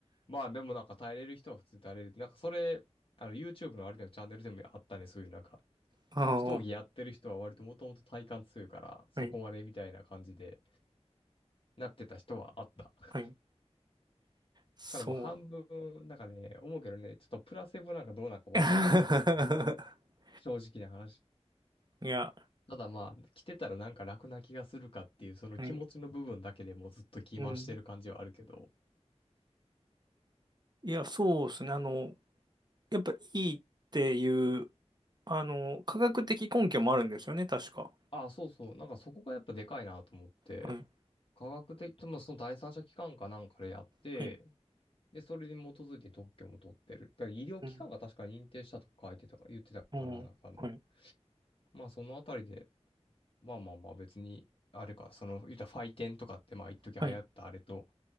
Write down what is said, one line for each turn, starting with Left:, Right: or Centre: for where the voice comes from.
Left: まあでもなんか耐えれる人は普通に耐えれる。なんかそれ、あの YouTube のあれでもチャンネルでもあったね。そういうなんか、
Right: ああ、
Left: 格闘技やってる人は割ともともと体幹強いから、そこまでみたいな感じで
Right: はい。
Left: なってた人はあった。だ
Right: はい。そう。
Left: からもう半分、なんかね、思うけどね、ちょっとプラセボなんかどうなんかわからんのよね。
Right: <laughs>
Left: あれ、正直な話。
Right: いや、
Left: ただまあ、来てたらなんか楽な気がするかっていう、その気持ちの部分だけでもうずっと気回してる感じはあるけど。
Right: うん。うん。いや、そうですね。あの、やっぱいいっていう、あの、科学的根拠もあるんですよね、確か。
Left: あ、そうそう。なんかそこがやっぱでかいなと思って、
Right: はい。
Left: 科学的ともその第三者機関かなんかでやって、
Right: はい。
Left: で、それに基づいて特許も取ってる。だから医療機関が確か認定したとか書いてたか、
Right: うん。
Left: 言ってたかな、
Right: うん。
Left: なんかあの、
Right: はい。
Left: まあそのあたりで、まあまあまあ別に、あれか、その、言ったらファイテンとかってまあ一時流行ったあれと
Right: はい。